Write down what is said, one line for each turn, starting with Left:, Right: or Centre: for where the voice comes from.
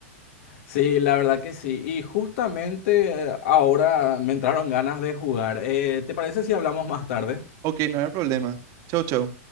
Left: Sí, la verdad que sí. Y justamente eh, ahora me entraron ganas de jugar. Eh, ¿te parece si hablamos más tarde?
Right: Ok, no hay problema. Chau, chau.